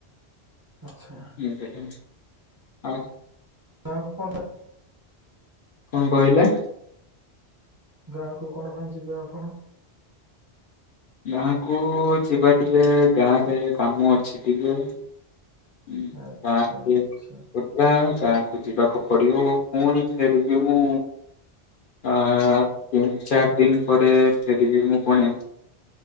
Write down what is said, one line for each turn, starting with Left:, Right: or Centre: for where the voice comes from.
Right: ଆଚ୍ଛା।
Left: ବୁଝିଲେ ଆଜ୍ଞା।
Right: ଗାଁକୁ କଣ ପାଇଁ
Left: କଁ କହିଲେ?
Right: ଗାଁକୁ କଣ ପାଇଁ ଯିବେ ଆପଣ?
Left: ଗାଁକୁ ଯିବା ଟିକେ ଗାଁରେ କାମ ଅଛି ଟିକେ। ହୁଁ
Right: ଆଚ୍ଛା
Left: ଗାଁ
Right: ଆଚ୍ଛା
Left: କୁ <inaudible> ନା ଗାଁକୁ ଯିବାକୁ ପଡିବ ପୁଣି ଫେରିବି ମୁଁ ଆ ତିନି ଚାରି ଦିନି ପରେ ଫେରିବି ମୁଁ ପୁଣି।